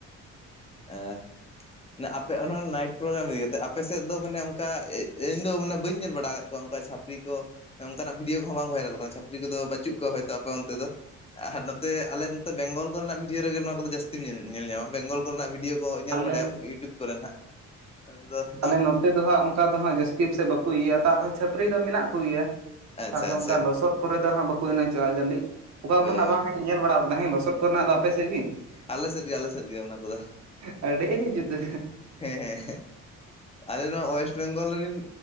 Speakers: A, on the left (about 20°); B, on the right (about 65°).
A: ᱟᱦ ᱱᱮᱜ ᱟᱯᱮ ᱚᱱᱟ ᱱᱟᱭᱤᱴ ᱯᱨᱳᱜᱨᱟᱢ ᱤᱫᱤ ᱠᱟᱛᱮᱜ ᱟᱯᱮ ᱥᱮᱫ ᱫᱚ ᱢᱟᱱᱮ ᱚᱱᱠᱟ ᱤᱧ ᱫᱚ ᱢᱟᱱᱮ ᱵᱟᱹᱧ ᱧᱮᱞ ᱵᱟᱲᱟ ᱟᱠᱟᱫ ᱠᱚᱣᱟ ᱚᱱᱠᱟ ᱪᱷᱟᱯ ᱯᱨᱤ ᱠᱚ ᱚᱱᱠᱟᱱᱟᱜ ᱵᱷᱤᱰᱭᱳ ᱠᱚᱦᱚᱸ ᱵᱟᱝ ᱵᱷᱟᱭᱨᱟᱞ ᱠᱟᱱᱟ ᱪᱷᱟᱯᱨᱤ ᱠᱚᱫᱚ ᱵᱟᱪᱩᱜ ᱠᱚᱣᱟ ᱦᱳᱭᱛᱳ ᱟᱯᱮ ᱚᱱᱛᱮ ᱫᱚ? ᱟᱨ ᱱᱚᱛᱮ ᱟᱞᱮ ᱱᱚᱛᱮ ᱵᱮᱝᱜᱚᱞ ᱠᱚᱨᱮᱱᱟᱜ ᱵᱷᱤᱰᱭᱳ ᱨᱮᱜᱮ ᱱᱚᱣᱟ ᱠᱚᱫᱚ ᱡᱟᱹᱥᱛᱤ ᱧᱮᱞ ᱧᱮᱞ ᱧᱟᱢᱟ ᱵᱮᱝᱜᱚᱞ ᱠᱚᱨᱮᱱᱟᱜ ᱵᱷᱤᱰᱭᱳ ᱠᱚ ᱧᱮᱞ
B: ᱟᱞᱮ
A: ᱵᱟᱲᱟᱭᱟᱢ ᱤᱭᱩᱴᱩᱵᱽ ᱠᱚᱨᱮ ᱱᱟᱜ <unintelligible>
B: ᱟᱞᱮ ᱱᱚᱛᱮ ᱫᱚ ᱦᱟᱸᱜ ᱚᱱᱠᱟ ᱫᱚ ᱦᱟᱜ ᱡᱟᱹᱥᱛᱤ ᱥᱮᱫ ᱵᱟᱠᱚ ᱤᱭᱟᱹᱜᱼᱟ ᱛᱚ ᱟᱨᱦᱚᱸ ᱪᱷᱟᱹᱯᱨᱤ ᱫᱚ ᱢᱮᱱᱟᱜ ᱠᱚᱜᱮᱭᱟ᱾
A: ᱟᱪᱪᱷᱟ
B: ᱛᱟᱨᱦᱚ
A: ᱟᱪᱪᱷᱟ
B: ᱚᱱᱠᱟ ᱞᱚᱥᱚᱫ ᱠᱚᱨᱮ ᱫᱚ ᱦᱟᱸᱜ ᱵᱟᱠᱚ ᱮᱱᱮᱡᱚᱜᱼᱟ ᱡᱟᱹᱞᱤᱜ ᱚᱠᱟ ᱠᱚᱨᱮᱱᱟᱜ
A: ᱚ
B: ᱵᱟᱝ? ᱦᱮᱧ ᱧᱮᱞ ᱵᱟᱲᱟ ᱟᱠᱟᱫᱟ ᱦᱮ ᱞᱚᱥᱚᱫ ᱠᱚᱨᱮ ᱟᱯᱮᱥᱮᱫ ᱜᱮ?
A: ᱟᱞᱮ ᱥᱮᱫ ᱜᱮ ᱟᱞᱮ ᱥᱮᱫ ᱜᱮ ᱚᱱᱟ ᱠᱚᱫᱚ
B: ᱟᱹᱰᱤ ᱡᱩᱫᱟᱹ
A: ᱦᱮᱸ ᱦᱮᱸ ᱟᱞᱮ ᱱᱚᱣᱟ ᱳᱭᱮᱥᱴ ᱵᱮᱝᱜᱚᱞ ᱨᱮᱱ